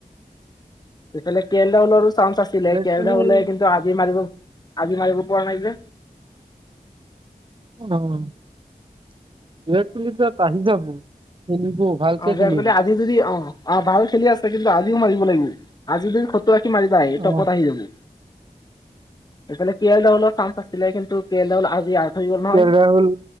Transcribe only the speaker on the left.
ইফালে কে এল ৰাহুলৰো চান্স আছিলে,
কে
এল ৰাহুল কিন্তু আজি মাৰিব-আজি মাৰিব কোৱা নাই যে?
অৰ্ডাৰ
কৰিলে আজি যদি অ' অ' ভাল খেলি আছে কিন্তু আজিও মাৰিব লাগিব, আজি যদি স <unintelligible>
টপত আহি যাব। এফালে কে এল ৰাহুলৰ চাঞ্চ আছে আছিলে কিন্তু কে এল ৰাহুল আজি হৈ গ'ল নহয়।